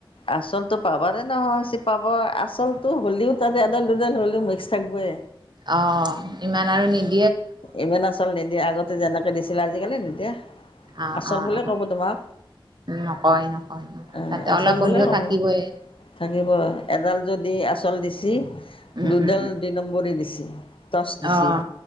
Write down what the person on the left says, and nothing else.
আচলতটো পাবাৰে নহয় <unintelligible> পাব আচলতো হ'লিও তাত এডাল দুডাল হ'লেও মিক্স থাকিবই
ইমান আচল নিদিয়ে আগত <unintelligible> যেনেকে দিছিলে আজিকালি নিদিয়ে,
আচল
বোলে
কব তোমাক
অ
আচল
বোলে
কব
থাকিব এডাল যদি আচল দিছি
দুডাল দুই নম্বৰী দিছ <unintelligible> <inaudible> টৰ্চ দিছি